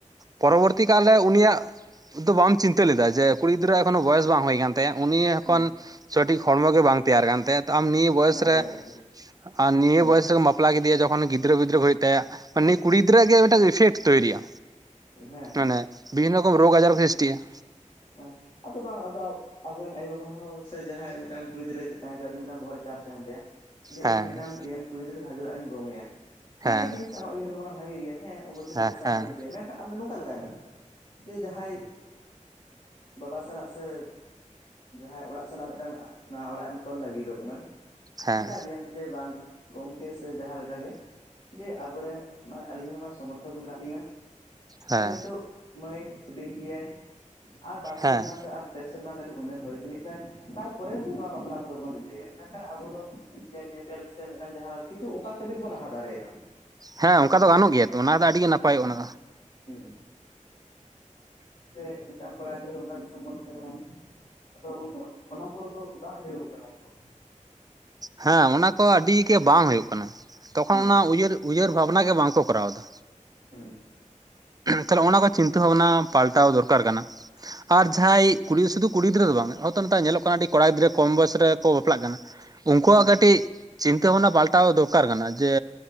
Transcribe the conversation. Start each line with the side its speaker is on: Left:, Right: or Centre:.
Right: ᱯᱚᱨᱚᱵᱚᱨᱛᱤ ᱠᱟᱞᱨᱮ ᱩᱱᱤᱭᱟᱜ ᱫᱚ ᱵᱟᱢ ᱪᱤᱱᱛᱟᱹ ᱞᱮᱫᱟ ᱡᱮ ᱠᱩᱲᱤ ᱜᱤᱫᱽᱨᱟᱹ ᱮᱠᱷᱚᱱᱳ ᱵᱚᱭᱮᱥ ᱵᱟᱝ ᱦᱩᱭ ᱠᱟᱱ ᱩᱱᱤ ᱮᱠᱷᱚᱱ
Left: ᱦᱩᱸ
Right: ᱥᱚᱴᱷᱤᱠ ᱦᱚᱲᱢᱚ ᱜᱮ ᱵᱟᱝ ᱛᱮᱭᱟᱨ ᱠᱟᱱ ᱛᱟᱭᱟ ᱟᱢ ᱱᱤᱭᱟᱹ ᱵᱚᱭᱮᱥ
Left: ᱵᱟᱝ
Right: ᱨᱮ
Left: ᱛᱮᱭᱟᱨ ᱠᱟᱱ ᱛᱟᱭᱟ
Right: ᱟᱨ ᱱᱤᱭᱟᱹ
Left: ᱦᱩᱸ
Right: ᱵᱚᱭᱮᱥ ᱨᱮᱢ ᱵᱟᱯᱞᱟ ᱠᱮᱫᱮᱭᱟ ᱡᱚᱠᱷᱚᱱ ᱜᱤᱫᱽᱨᱟᱹ ᱯᱤᱫᱽᱨᱟᱹ ᱠᱚ ᱦᱩᱭᱩᱜ ᱛᱟᱭᱟ ᱩᱱᱤ ᱠᱩᱲᱤ ᱜᱤᱫᱽᱨᱟᱹ ᱟᱜ ᱜᱮ ᱢᱤᱫ ᱴᱟᱝ ᱤᱯᱷᱮᱴ ᱛᱳᱭᱨᱤᱼᱟ
Left: ᱦᱮᱸ ᱦᱮᱸ
Right: ᱢᱟᱱᱮ ᱵᱤᱵᱷᱤᱱᱱᱚ ᱨᱚᱠᱚᱢ ᱨᱳᱜᱽ ᱟᱡᱟᱨ ᱥᱨᱤᱥᱴᱤ ᱟ
Left: ᱦᱮᱸ ᱟᱫᱚ ᱵᱟᱝ ᱟᱫᱚ ᱟᱵᱚ ᱨᱮᱱ ᱟᱭᱳ ᱵᱟᱵᱟ ᱦᱚᱸ ᱥᱮ ᱡᱟᱦᱟᱸᱭ ᱢᱤᱫ ᱴᱟᱝ ᱠᱩᱲᱤ ᱜᱤᱫᱽᱨᱟᱹ ᱛᱟᱦᱮᱸᱱ ᱛᱟᱭᱟ ᱩᱱᱤ ᱢᱤᱫᱴᱟᱝ ᱵᱚᱦᱚᱜ ᱨᱮ ᱪᱟᱯ ᱛᱟᱸᱦᱮᱱ ᱛᱟᱭᱟ ᱡᱮ ᱤᱧ
Right: ᱦᱮᱸ
Left: ᱢᱤᱫ ᱴᱟᱝ ᱤᱧ ᱨᱮᱱ ᱠᱩᱲᱤ ᱜᱤᱫᱽᱨᱟᱹ ᱵᱷᱟᱜᱮ ᱚᱲᱟᱜ ᱨᱤᱧ ᱜᱚᱝ ᱮᱭᱟ ᱵᱷᱟᱜᱮ
Right: ᱦᱮᱸ
Left: ᱡᱤᱱᱤᱥ ᱟᱢᱟᱜ ᱩᱭᱦᱟᱹᱨ ᱵᱷᱟᱵᱽᱱᱟ ᱵᱷᱟᱜᱮ ᱜᱮᱭᱟ ᱦᱮᱸ ᱚᱵᱚᱥᱥᱳ
Right: ᱦᱮᱸ
Left: ᱡᱚᱛᱚ ᱥᱟᱱᱟᱢ
Right: ᱦᱮᱸ
Left: ᱠᱚ ᱯᱟᱪᱮ ᱟᱢ ᱫᱚ ᱱᱚᱝᱠᱟ ᱞᱮᱠᱟᱭ ᱢᱮ ᱡᱮ ᱡᱟᱦᱟᱸᱭ ᱵᱟᱵᱟ ᱥᱟᱞᱟᱜ ᱥᱮ ᱡᱟᱦᱟᱸᱭ ᱚᱲᱟᱜ ᱥᱟᱞᱟᱜ ᱢᱤᱫ ᱴᱟᱝ ᱱᱟᱣᱟ ᱚᱲᱟᱜ ᱮᱢ ᱛᱚᱞ ᱞᱟᱹᱜᱤ ᱫᱚᱜ ᱠᱟᱱᱟ
Right: ᱦᱮᱸ
Left: ᱢᱮᱛᱟ ᱫᱮᱭᱟᱢ ᱡᱮ ᱵᱟᱝ ᱜᱚᱝᱠᱮ ᱥᱮ ᱡᱟᱦᱟᱸ ᱞᱮᱠᱟ ᱜᱮ ᱡᱮ ᱟᱵᱚᱨᱮᱱ ᱢᱟ ᱟᱞᱤᱧ ᱦᱚᱸ ᱢᱟ ᱥᱚᱢᱚᱨᱛᱷᱚᱠ ᱜᱮ ᱢᱮᱱᱟᱜ ᱞᱤᱧᱟ
Right: ᱦᱮᱸ
Left: ᱥᱮ ᱱᱤᱛᱳᱜ ᱢᱟᱹᱭ ᱦᱩᱰᱤᱧ ᱜᱮᱭᱟᱭ ᱟᱨ ᱵᱟᱨ ᱥᱮᱨᱢᱟ
Right: ᱦᱮᱸ
Left: ᱥᱮ ᱟᱨ ᱯᱮ ᱥᱮᱨᱢᱟ ᱠᱟᱹᱴᱤᱡ ᱩᱢᱮᱨ ᱦᱩᱭ ᱪᱚᱱᱤᱜ ᱛᱟᱭ ᱛᱟᱨ ᱯᱚᱨᱮ ᱵᱚ ᱱᱚᱣᱟ ᱵᱟᱯᱞᱟ ᱠᱚᱫᱚ ᱵᱚᱱ ᱨᱤᱠᱟᱹᱭᱟ ᱢᱮᱱ ᱠᱷᱟᱱ ᱟᱵᱚ ᱫᱚ ᱧᱮᱯᱮᱞ ᱥᱮ ᱢᱤᱫ ᱴᱟᱝ ᱡᱟᱸᱦᱟ ᱠᱤᱪᱷᱩ ᱚᱱᱠᱟᱱ ᱠᱟᱹᱢᱤ ᱫᱚᱵᱚ ᱞᱟᱦᱟ ᱫᱟᱲᱮᱭᱟᱜᱼᱟ
Right: ᱦᱮᱸ ᱚᱱᱠᱟ ᱫᱚ ᱜᱟᱱᱚᱜ ᱜᱮᱭᱟ ᱛᱚ ᱚᱱᱟ ᱫᱚ ᱟᱹᱰᱤᱜᱮ
Left: <inaudible>
Right: ᱱᱟᱯᱟᱭᱚᱜᱼᱟ ᱚᱱᱟ ᱫᱚ
Left: ᱦᱩᱸ ᱥᱮ ᱢᱤᱫ ᱴᱟᱝ ᱠᱚᱲᱟ ᱜᱤᱫᱽᱨᱟᱹ ᱦᱚᱸ ᱚᱱᱠᱟ ᱜᱮ ᱥᱚᱦᱚᱢᱚᱛ ᱛᱟᱸᱦᱮᱱᱟᱭ ᱟᱫᱚ ᱜᱚᱝᱠᱮ ᱚᱱᱟ ᱠᱚᱫᱚ ᱵᱟᱝ ᱦᱩᱭᱩᱜ ᱠᱟᱱᱟ ᱛᱚ
Right: ᱦᱮᱸ ᱚᱱᱟ ᱠᱚ ᱟᱹᱰᱤ ᱜᱮ ᱵᱟᱝ ᱦᱩᱭᱩᱜ ᱠᱟᱱᱟ ᱛᱚᱠᱷᱚᱱ
Left: ᱦᱩᱸ
Right: ᱚᱱᱟ ᱩᱭᱦᱟᱹᱨ ᱩᱭᱦᱟᱹᱨ ᱵᱷᱟᱵᱽᱱᱟ ᱜᱮ ᱵᱟᱝ ᱠᱚ ᱠᱚᱨᱟᱣ ᱫᱟ
Left: ᱦᱩᱸ
Right: ᱛᱟᱦᱚᱞᱮ ᱚᱱᱟ ᱠᱚ ᱪᱤᱱᱛᱟᱹ ᱵᱷᱟᱵᱽᱱᱟ ᱯᱟᱞᱴᱟᱣ ᱫᱚᱨᱠᱟᱨ ᱠᱟᱱᱟ ᱟᱨ ᱡᱟᱦᱟᱸᱭ ᱠᱩᱲᱤ ᱥᱩᱫᱩ ᱠᱩᱲᱤ ᱜᱤᱫᱽᱨᱟᱹ ᱫᱚ ᱵᱟᱝ ᱱᱚᱜᱼᱱᱮᱛᱟᱨ ᱧᱮᱞᱚᱜ ᱠᱟᱱᱟ ᱟᱹᱰᱤ ᱠᱚᱲᱟ ᱜᱤᱫᱽᱨᱟᱹ ᱠᱚᱢ ᱵᱚᱭᱮᱥ ᱨᱮᱠᱚ ᱵᱟᱯᱞᱟᱜ ᱠᱟᱱᱟ ᱩᱱᱠᱩᱣᱟᱜ
Left: ᱦᱩᱸ
Right: ᱠᱟᱹᱴᱤᱡ ᱪᱤᱱᱛᱟᱹ ᱵᱷᱟᱵᱽᱱᱟ ᱯᱟᱞᱴᱟᱣ ᱫᱚᱨᱠᱟᱨ ᱠᱟᱱᱟ ᱡᱮ